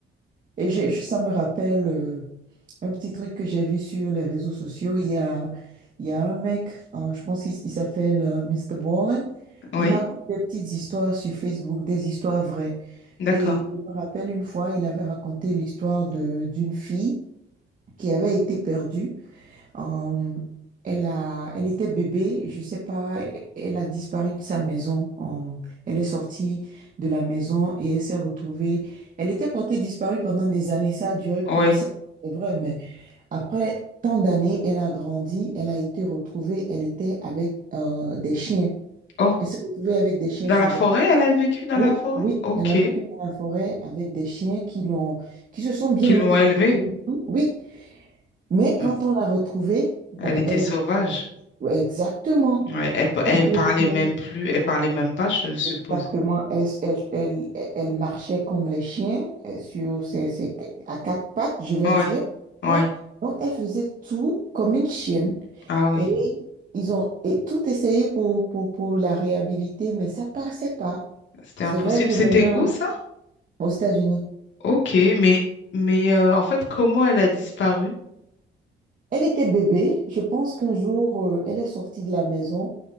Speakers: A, on the right (about 40°); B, on the left (about 65°).
A: et j'ai- je- ça me rappelle euh, un petit truc que j'ai vu sur les réseaux sociaux. Il y a, il y a un mec, hein, je pense qu'il s- il s'appelle euh, Mr. Ballin.
B: oui.
A: Il raconte des petites histoires sur Facebook, des histoires vraies.
B: D'accord.
A: Et je me rappelle une fois, il avait raconté l'histoire de d'une fille qui avait été perdue. Euh, elle a, elle était bébé, je sais pas, elle a disparu de sa maison. Euh, elle est sortie de la maison et elle s'est retrouvée. Elle était portée disparue pendant des années. Ça a duré plus
B: Oui.
A: de cinq, c'est vrai, mais après tant d'années, elle a grandi, elle a été retrouvée. Elle était avec euh, des chiens.
B: Oh,
A: Elle s'est retrouvée avec des chiens
B: dans
A: sauvages.
B: la forêt, elle a vécu dans
A: Oui,
B: la forêt?
A: oui,
B: Ok.
A: elle a vécu dans la forêt avec des chiens qui l'ont, qui se sont bien
B: Qu'ils
A: occupés
B: l'ont élevée?
A: de tout. Oui, mais quand
B: Mm.
A: on l'a retrouvée, bon,
B: Elle était
A: elle,
B: sauvage.
A: exactement,
B: Ouais, elle, pa-
A: complètement,
B: elle parlait même plus, elle parlait même pas, je suppose.
A: exactement, elle, elle, elle, elle marchait comme les chiens, euh, sur ses, ses à quatre pattes, je vais
B: Ouais,
A: dire.
B: ouais.
A: Ouais. Donc, elle faisait tout comme une chienne.
B: Ah oui,
A: Et ils ont et tout essayé pour, pour, pour la réhabiliter, mais ça passait pas.
B: c'était
A: C'est
B: impossible.
A: vrai que
B: C'était
A: maintenant,
B: où ça?
A: aux États-Unis,
B: Ok, mais mais euh, en fait, comment elle a disparu?
A: Elle était bébé. Je pense qu'un jour, euh, elle est sortie de la maison.